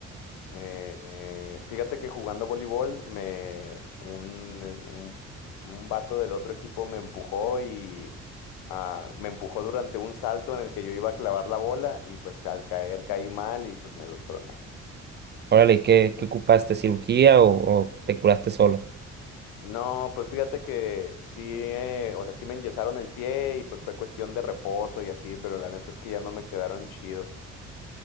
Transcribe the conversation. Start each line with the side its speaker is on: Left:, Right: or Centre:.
Left: Eh, fíjate que jugando voleibol, me, un, eh, un, un vato del otro equipo me empujó y ah, me empujó durante un salto en el que yo iba a clavar la bola y pues al caer caí mal y pues me los troné.
Right: Órale. ¿Y qué, qué ocupaste? ¿Cirugía o, o te curaste solo?
Left: No, pues fíjate que sí, eh, o sea, sí me enyesaron el pie y pues fue cuestión de reposo y así, pero la neta es que ya no me quedaron chidos.